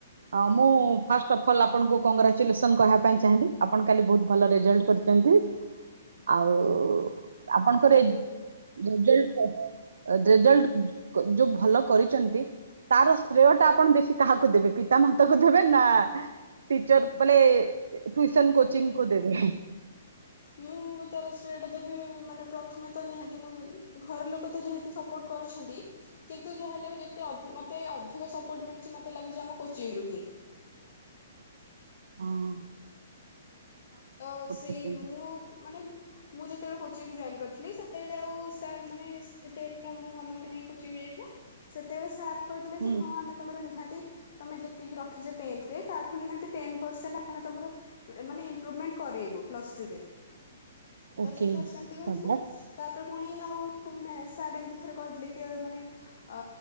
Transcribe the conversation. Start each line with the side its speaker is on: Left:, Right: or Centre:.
Right: ହଁ ମୁଁ ଫାଷ୍ଟ ଅଫ୍ ଅଲ୍ ଆପଣଙ୍କୁ କଂଗ୍ରାଚୁଲେସନ କହିବା ପାଇଁ ଚାଁହିଁବି ଆପଣ କାଲି ବୋହୁତ ଭଲ ରେଜଲ୍ଟ କରି ଏମିତି ଆଉ ଆପଣଙ୍କର
Left: ଥ୍ୟାଙ୍କ
Right: ଏ
Left: ୟୁ
Right: <unintelligible> ରେଜଲଟ ଯୋଉ ଭଲ କରିଛନ୍ତି ତାର ଶ୍ରେୟ ଟା ଆପଣ ବେଶୀ କାହାକୁ ଦେବେ ପିତାମାତା କୁ ଦେବେ ନା ଟିଚରକୁ ମାନେ ଟିଉସନ କୋଚିଂ କୁ ଦେବେ।
Left: ନିଁ <unintelligible> ତେବେ ମାନେ ପ୍ରଥମେ ତ ନିହାତି ଘର ଲୋକ ତ ଯେହେତୁ ସପୋର୍ଟ କରୁଛନ୍ତି କିନ୍ତୁ ଯାହା ହେଲେ ବି ମତେ ଅଧିକ ମତେ ଅଧିକ ସପୋର୍ଟ ମିଳିଛି ମତେ ଲାଗୁଛି ଆମ କୋଚିଂ ରୁ ହିଁ।
Right: ହିଁ।
Left: ତ ସେଇ
Right: କରୁଛନ୍ତି
Left: ମୁଁ ମାନେ ମୁଁ ଯେତେବେଳେ କୁଚିଙ୍ଗ ଜଏନ କରିଥିଲି ସେତେବେଳେ ଆଉ ସାର୍ ମାନେ ଟିକେ ମୋ ମାମା ମାନେ ରେଡି ତ ସେତେବେଳେ ସାର୍ କହିଥିଲେ
Right: ହୁଁ।
Left: ଯେ ହଁ ଆମେ ତମର ନିହାତି ତମେ ଯେତିକି ରଖିଛ ଟେନଥରେ ତାଠୁ ନିହାତି ଟେନ୍ ପରସେଣ୍ଟ ଆମେ ତମର ଇମ୍ପ୍ରୁମେଣ୍ଟ କରେଇବୁ ପ୍ପ୍ଲସଟୁରେ।
Right: ଓକେ
Left: ଦଶା ସାର୍ ସେମିତି କହୁଥିଲେ
Right: ସଦା
Left: ତାପରେ ପୁଣି ଆଉ ମେଁ ସାର୍ଟ ଏମତି ଥରେ କହିଥିଲେ କି ମାନେ ଅ